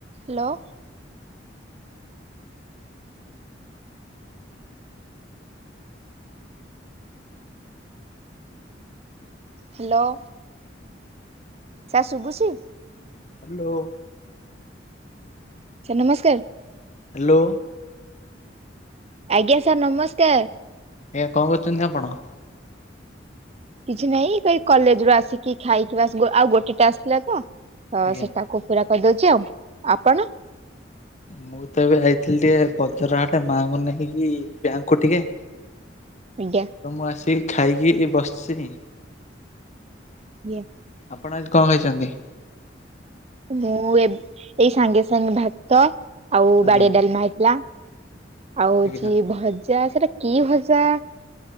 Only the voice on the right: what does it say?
ହ୍ୟାଲୋ। ହ୍ୟାଲୋ। ସାର ଶୁଭୁଛି?
ସାର୍ ନମସ୍କାର।
ଆଜ୍ଞା ସାର୍ ନମସ୍କାର।
କିଛି ନାଇଁ ସେହି କଲେଜ ରୁ ଆସିକି ଖାଇକି ବାସ୍ ଆଉ ଗୋଟେ ଟାସ୍କ ଥିଲା ତ
ସେଟାକୁ ପୁରା କରିଦଉଛି ଆଉ, ଆପଣ?
ଆଜ୍ଞା।
ଏ
ମୁଁ ଏଇ ସାଙ୍ଗେ ସାଙ୍ଗେ ଭାତ ଆଉ
ବାଡ଼ିଆ ଡ଼ାଲ୍ମା ହେଇଥିଲା। ଆଉ ହଉଚି
ଭଜା। ସେଟା କି ଭଜା,